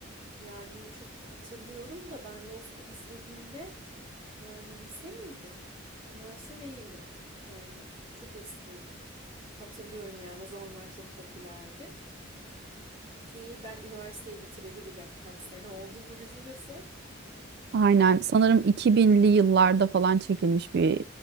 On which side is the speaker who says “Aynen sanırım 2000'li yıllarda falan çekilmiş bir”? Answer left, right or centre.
Right